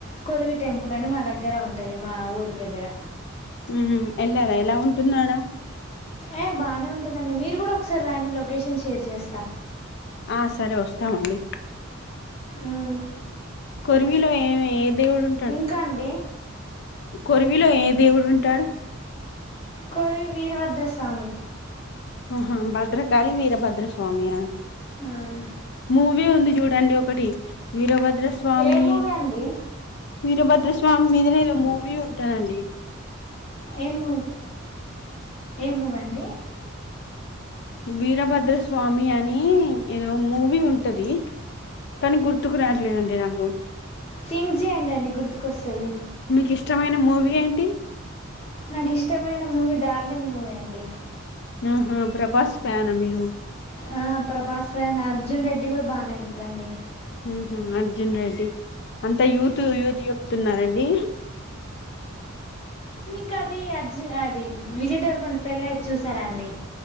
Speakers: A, on the left (about 30°); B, on the left (about 55°).
A: కొరివి టెంపుల్ అని మా దగ్గర ఉంటది మా ఊరు దగ్గర
B: హు ఎల్లార ఎలా ఉంటంది అడా
A: ఏ బాగానే ఉంటుందండి మీరు కూడా ఒకసారి రండి లొకేషన్ షేర్ చేస్తా
B: ఆ సరే ఓస్తామండి
A: ఉమ్
B: కొరివిలో ఏమీ ఏ దేవుడుం
A: ఇంకా అండి
B: కొరివిలో ఏ దేవుడు ఉంటాడు
A: కొరివి వీరభద్రస్వామి
B: ఆ హా భద్రకాళి వీరభద్రస్వామి అ
A: ఉమ్
B: మూవీ ఉంది చూడండి ఒకటి వీరభద్ ద్ర స్వామి
A: ఏ మూవీ అండి
B: వీరభద్ర స్వామి మీదనే ఏదో మూవీ ఉంటాదండి
A: ఏం మూవ్ ఏం మూవ్ అండి
B: వీరభద్ర స్వామి అని ఏదో మూవీ ఉంటది కాని గుర్తుకు రాట్లేదండి నాకు
A: థింక్ చేయండి అండి గుర్తుకొస్తుంది
B: మీకు ఇష్టమైన మూవీ ఏంటి
A: నాకు ఇష్టమైన మూవీ డార్లింగ్ మూవీ అండి
B: ఆహ ప్రభాస్ ఫ్యాన్ ఆ మీరు
A: ఆ ప్రభాస్ రాన్ అర్జున్ రెడ్డి కూడా బాగానే ఉంటుందండి
B: ఉహు అర్జున్ రెడ్డి అంతా యూత్ యూత్ చెప్తున్నారండి
A: ఇంకా అది అజ్ అది విజయ్ దేవరకొండ పెళ్ళి అయ్యి చూసారండి